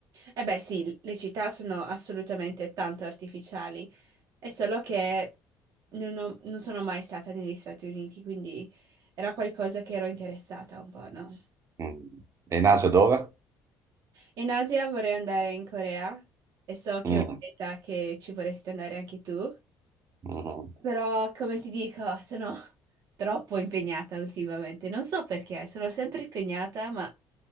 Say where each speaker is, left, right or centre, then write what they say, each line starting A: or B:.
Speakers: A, on the right (about 65°); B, on the right (about 45°).
A: Eh beh, sì, le città sono assolutamente tanto artificiali, è solo che non, ho- non sono mai stata negli Stati Uniti, quindi era qualcosa che ero interessata un po', no?
B: Mm. E in Asia dove?
A: In Asia vorrei andare in Corea e so che
B: Mm,
A: è una meta che ci vorresti andare anche tu,
B: mhm.
A: però come ti dico, sono <laughs> troppo impegnata ultimamente. Non so perché, sono sempre impegnata, ma